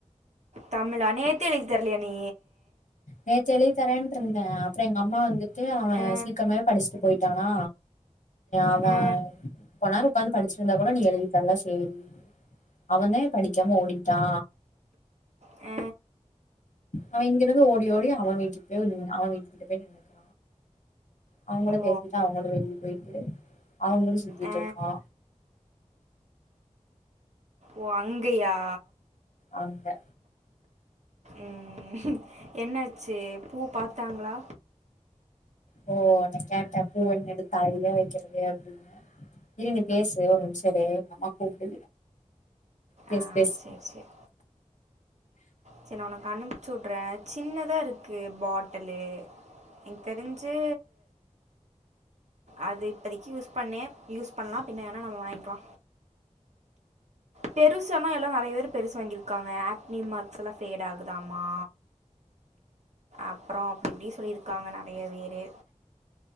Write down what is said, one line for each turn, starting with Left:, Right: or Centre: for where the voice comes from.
Right: தமிழா நேத்தே எழுதி தரலயா நீ
Left: நேத்து எழுதி தரேன்ட்ருந்தே அப்ற எங்க அம்மா வந்து ட்டு அவ
Right: ஆ,
Left: சீக்ரமே படிச்ட்டு போயிட்டானா அவன்
Right: ஆ,
Left: கொ நேரோ ஒக்காந்து படிச்சிருந்தா கூட நீ எழுதி தர்ல சேரி அவந்தே படிக்காம ஓடிட்டா
Right: அ
Left: அவ இங்கிருந்து ஓடி ஓடி அவன் வீட்டுக்கு போய் அவன் வீட்டுக்கிட்ட போய் நின்னுக்கு அவ கூட
Right: ஓ
Left: பேசிட்டு அவங்கூட வெளிய போயிட்டு அவங்களு சுத்திட்டு
Right: ஆ,
Left: இருக்கா
Right: ஓ அங்கையா
Left: அங்க
Right: ம் என்னாச்சு பூ பாத்தாங்களா
Left: ஓ நா கேட்டேன் பூ ஒன்னு எடுத்து தலையிலயா வக்கிறது அப்டின்னு இல்ல நீ பேசு ஒரு நிமிஷம் இரு எங்க அம்மாக்கு கூப்ட்டு பேசு
Right: ஆ
Left: பேசு
Right: சரி சரி சரி நா உனக்கு அனுப்பிச்சு உடுறே சின்னதா இருக்கு பாட்டுலு எனக் தெரிஞ்சு அது இப்பதக்கி யூஸ் பண்ணே யூஸ் பண்லா பின்ன வேணா நம்ம வாங்கிக்லா பெருசு அல்லா எல்லா நெறய பேரு பெருசு வாங்கிருக்காங்க ஆக்னி மார்க்ஸ் எல்லா ஃபேட் ஆகுதாமா அப்ற அப்டி இப்டி சொல்லிருக்காங்க நெறய வேரு